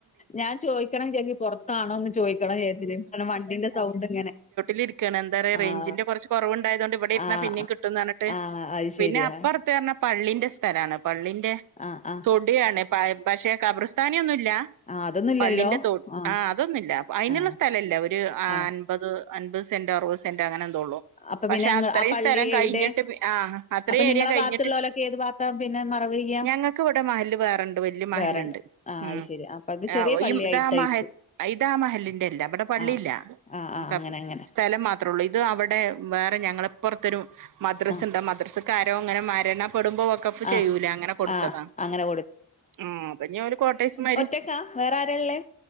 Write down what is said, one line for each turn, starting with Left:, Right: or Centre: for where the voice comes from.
Left: ഞാൻ ചോയിക്കണം വിചാരിച്ച് പുറത്താണോന്ന് ചോദിക്കണം വിചാരിച്ചിന്, കാരണം വണ്ടീന്റെ സൗണ്ട് ഇങ്ങനെ.
Right: ലിരിക്കാണ് എന്താറിയൊ
Left: ആഹ്
Right: റേഞ്ചിന്റെ കൊറച്ച് കൊറവ് ഇണ്ടായതുകൊണ്ട് ഇവിടെ ഇരുന്ന
Left: ആഹ്
Right: പിന്നേം കിട്ടുംന്ന് പറഞ്ഞിട്ട്
Left: ആഹ് അത്
Right: പിന്നെ
Left: ശെരിയാ
Right: അപ്പറത്തെ പറഞ്ഞാ പള്ളീന്റെ സ്ഥലാണ് പള്ളീന്റെ
Left: ആഹ് ആഹ്
Right: തൊടിയാണ് പ പക്ഷെ കബർസ്ഥാനിയൊന്നുംല്ല
Left: ആഹ് അതൊന്നുല്ലല്ലോ
Right: പള്ളിന്റെ തോട്
Left: ആഹ്
Right: ആ അതൊന്നില്ല അയിനുള്ള
Left: ആഹ്
Right: സ്ഥല ഇല്ല്യ ഒരു അൻപത്
Left: ആണോ
Right: അൻപത് സെന്റ് അറുപത് സെന്റ് അങ്ങനെന്തോ ഉള്ളൂ.
Left: അപ്പൊ
Right: പക്ഷെ
Left: പിന്നെ അങ്ങ്
Right: അത്രയും
Left: ആ പള്ളി
Right: സ്ഥലം കഴിഞ്ഞിട്ട്
Left: എവിടെ
Right: പി ആ അത്രയും
Left: അപ്പൊ നിങ്ങളെ
Right: ഏരിയ കഴിഞ്ഞിട്ട്
Left: ഭാഗത്തുള്ളോലൊക്കെ ഏത് ഭാഗത്താ പിന്നെ മറവ് ചെയ്യാ
Right: ഞങ്ങക്ക് ഇവിടെ മഹല് വേറണ്ട് വല്യ മഹലുണ്ട്
Left: വേറെണ്ട് ആഹ്
Right: ഉം.
Left: അത് ശെരി അപ്പൊ അത് ചെറിയ
Right: ആ
Left: പള്ളിയായിട്ടായിരിക്കും
Right: ഈതാമഹൽ ഇതാമഹലിൻന്റെ അല്ല അവിടെ പള്ളിയില്ലാ.
Left: ആഹ് ആഹ് ആഹ്
Right: കം
Left: അങ്ങനെ അങ്ങനെ
Right: സ്ഥലം മാത്രേ ഉള്ളൂ ഇത് അവിടെ വേറെ ഞങ്ങളെ ഇപ്പർത്തൊരു മദ്രസിണ്ട്
Left: ആഹ്
Right: മദ്രസക്കാരോ ഇങ്ങനെ മരണം പെടുമ്പോ ഓക്കപ്പ്
Left: ആഹ്
Right: ചെയ്യൂല അങ്ങനെ കൊടുത്തതാ.
Left: ആഹ് അങ്ങനെ
Right: ആ പിന്നെ ഒരു കോട്ടേഴ്‌സ്മാരി
Left: ക്കാ വേറെ ആരാ ഇള്ളേ?